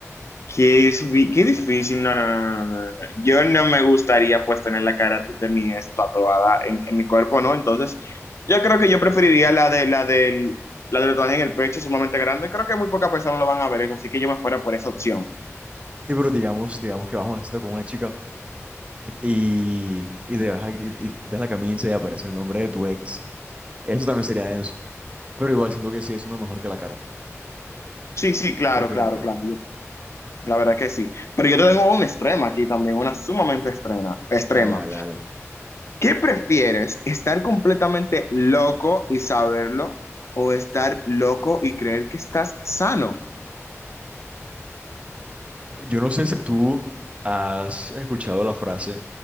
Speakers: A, on the left; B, on the right.
A: Qué, difí- qué difícil, no, no, no, no, no, no. no. Yo no me gustaría pues tener la cara de, de mi ex tatuada en, en mi cuerpo, ¿no? Entonces, yo creo que yo preferiría la de la del la del tatuaje en el pecho sumamente grande. Creo que muy pocas personas lo van a ver eso, así que yo me fuera por esa opción.
B: Sí, pero digamos, digamos que vas a una cita con una chica Ok. y, y te vas a- y, y te quitas la camisa y aparece el nombre de tu ex. Eso también sería denso. Pero igual siento que sigue siendo mejor que la cara.
A: Sí, sí, claro,
B: Definitivamente.
A: claro, claro. La verdad que sí. Pero yo tengo un extremo aquí también, una sumamente extrema, extrema.
B: Dale, dale, dale.
A: ¿Qué prefieres? ¿Estar completamente loco y saberlo o estar loco y creer que estás sano?
B: Yo no sé si tú has escuchado la frase